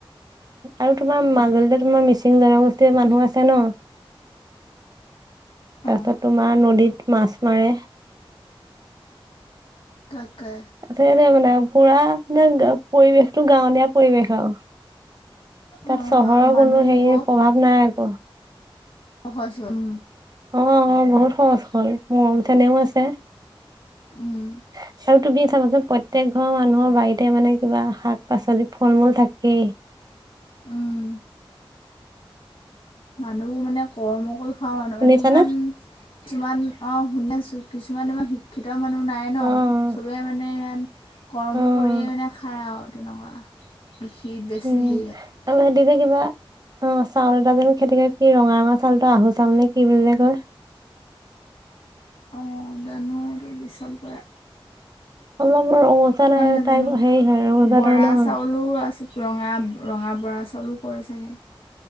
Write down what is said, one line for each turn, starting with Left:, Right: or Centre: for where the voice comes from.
Right: আৰু তোমাৰ
Left: সেইটো
Right: মাজুলীতে তোমাৰ মিচিং জনগোষ্ঠীৰ মানুহ
Left: কথা
Right: আছে ন? তাৰপিছত
Left: অ
Right: তোমাৰ নদীত মাছ মাৰে।
Left: তাকে।
Right: সেইটে মানে পুৰা নে পৰিৱেশটো গাঁৱলীয়া পৰিৱেশ আৰু। তাত
Left: অ
Right: চহৰৰ
Left: আৰু মানুহবোৰ
Right: কোনো হেৰি প্ৰভাৱ নাই আকৌ।
Left: সচ উম।
Right: অ', অ', বহুত সহজ সৰল। মৰম চেনেহ ও আছে।
Left: উম
Right: <unintelligible> আৰু তুমি চাবাচোন প্ৰত্যেক ঘৰৰ মানুহৰ বাৰীতে মানে কিবা শাক পাচলি ফল মূল থাকেই। <unintelligible>
Left: উম মানুহবোৰ মানে কৰ্ম কৰি খোৱা মানুহ
Right: শুনিছানে?
Left: মানে ইমান তমান অ শুনেছো কিছুমান ইমান শিক্ষিত মানুহ নাই ন
Right: অ',
Left: চবেই মানে ইমান কৰ্ম
Right: অ',
Left: কৰিয়েই মানে খায় আৰু তেনেকুৱা খীৰত বেছি
Right: উম,
Left: হয়া <unintelligible>
Right: আৰু সিহঁতি যে কিবা অ চাউল এটা জানো খেতি কৰে কি ৰঙা ৰঙা চাউলটো আহু চাউল নে কি বুলিলে কয়
Left: অঁ জানো বিশাল কৰা
Right: অলপ ৰঙচা তাইপ
Left: নাজানো
Right: হেৰি হয় ৰঙচা
Left: বৰা
Right: ধৰণৰ
Left: চাউলো আছে ৰঙা ৰঙা বৰা চাউলো কৰে চাগে